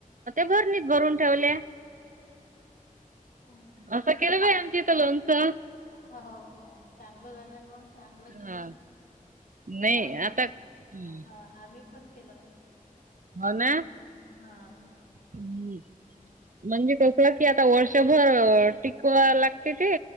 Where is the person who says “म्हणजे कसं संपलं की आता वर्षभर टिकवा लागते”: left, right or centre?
Right